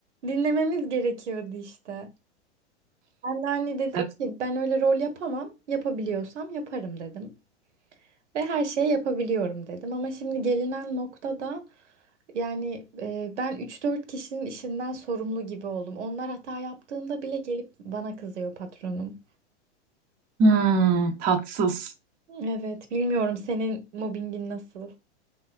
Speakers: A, on the right; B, on the right.
A: Dinlememiz gerekiyordu işte. Ben de hani dedim
B: Evet.
A: ki ben öyle rol yapamam. Yapabiliyorsam yaparım dedim. Ve her şeyi yapabiliyorum dedim. Ama şimdi gelinen noktada yani e, ben üç dört kişinin işinden sorumlu gibi oldum. Onlar hata yaptığında bile gelip bana kızıyor patronum.
B: Hmm, tatsız.
A: Evet, bilmiyorum senin mobbingin nasıl?